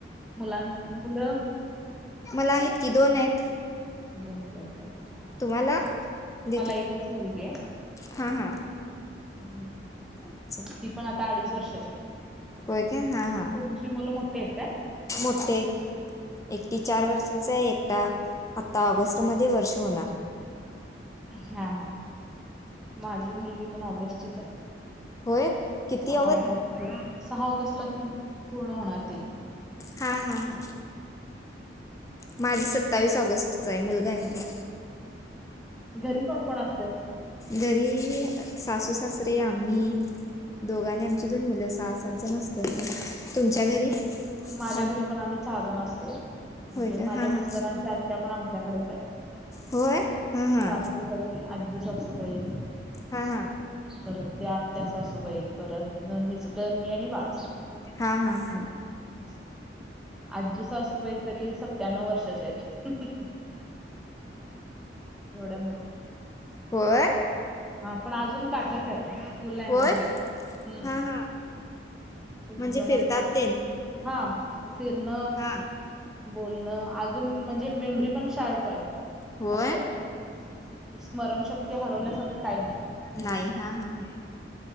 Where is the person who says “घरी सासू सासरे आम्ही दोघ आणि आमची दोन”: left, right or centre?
Left